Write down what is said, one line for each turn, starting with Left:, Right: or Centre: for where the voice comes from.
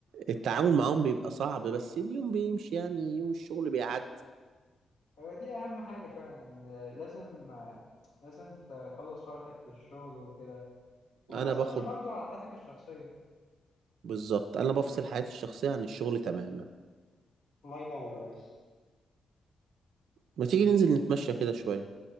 Right: التعامل معاهم بيبقى صعب بس اليوم بيمشي يعني يوم الشغل بيعدي
Left: هو دي اهم حاجة فعلا إن لازم لازم تخلص وقتك في الشغل وكده وما
Right: انا
Left: يأثرش
Right: باخد
Left: برضو على حياتك الشخصية
Right: بالظبط انا بفصل حياتي الشخصية عن الشغل تماما
Left: الله ينور يا ريس
Right: ما تيجي ننزل نتمشى كده شوية